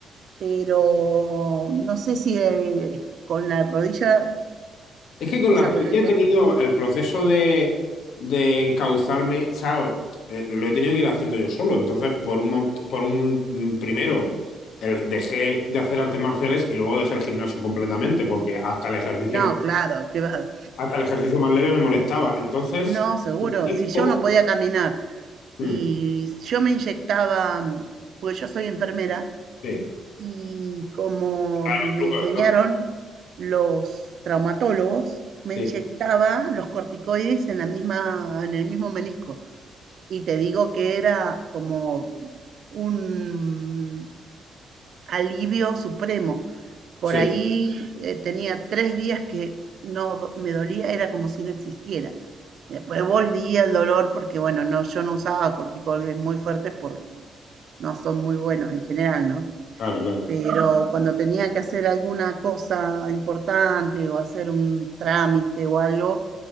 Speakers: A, on the right (about 60°); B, on the left (about 75°).
A: pero no sé si eh, con la rodilla,
B: Es que con
A: o
B: la
A: sea,
B: rodilla
A: con el...
B: he
A: me-
B: tenido el proceso de, de encauzarme, ¿sabes? Eh, lo he tenido que ir haciendo yo solo. Entonces, por un, mo- por un mm, primero, el- dejé de hacer artes marciales y luego dejé el gimnasio completamente, porque hasta el ejercicio
A: No,
B: más,
A: claro, ¿qué vas a
B: hasta el ejercicio más leve me molestaba. Entonces,
A: No, seguro.
B: tiempo.
A: Si yo no podía caminar
B: mm,
A: y yo me inyectaba, pues yo soy enfermera,
B: sí,
A: y como
B: está
A: me
B: en los trucos,
A: enseñaron
B: ¿no?
A: los traumatólogos, me
B: Sí,
A: inyectaba los corticoides en la misma, en el mismo menisco. Y te digo que era como un alivio supremo por
B: sí,
A: ahí eh, tenía tres días que no me dolía, era como si no existiera. Y Después volvía el dolor porque, bueno, no, yo no usaba corticoides muy fuertes porque no son muy buenos en general, ¿no?
B: claro, claro.
A: Pero cuando tenía que hacer alguna cosa importante o hacer un trámite o algo,